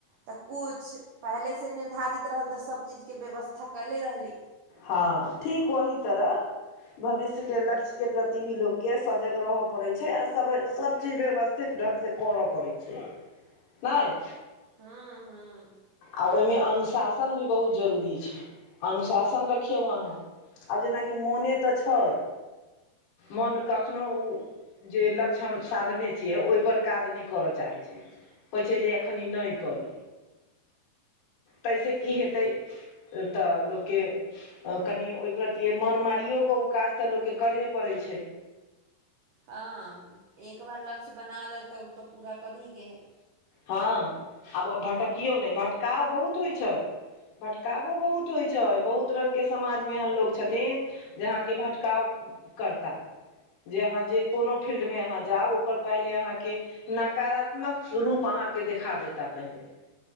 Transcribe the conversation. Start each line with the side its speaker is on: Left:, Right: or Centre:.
Right: तऽ किछु पहिले से निर्धारित रहल तऽ सभ चीज के व्यवस्था कयले रहली
Left: हँ ठीक ओही तरह भविष्य के
Right: हूँ
Left: लक्ष्य के प्रति भी लोक के सजग रहय पड़े छै आ सब सब चीज व्यवस्थित ढंग से करऽ पड़ै छै नहि
Right: हुँ हुँ
Left: आ ओहि मे अनुशासन भी बहुत जरूरी छै अनुशासन रखियौ अहाँ आब जेनाकि मोने तऽ छै मन कखनो ओ जे लक्षण हम साधने छियै ओहि पर काज नहि करय चाहैत छै होइ छै जे खनि नहि करी तैसे
Right: हूँ
Left: की हेतै तऽ लोक के कनि ओहि प्रति मन मारिओ कऽ उऽ काज तऽ लोक के करहे पड़ैत छै
Right: हँ एक बार लक्ष्य बना लेल तऽ ओ तऽ पूरा करही के हइ
Left: हँ आब भटकियो नहि भटकाव बहुत होइ छै भटकावो बहुत होइ छै बहुत रंग के समाज मे एहन लोक छथिन जे आहाँके भटकाव करता जे अहाँ जे कोनो फील्ड मे आहाँ जाउ ओकर पहिले अहाँ के नकारात्मक रूप उचहाँ के देखा देता पहिले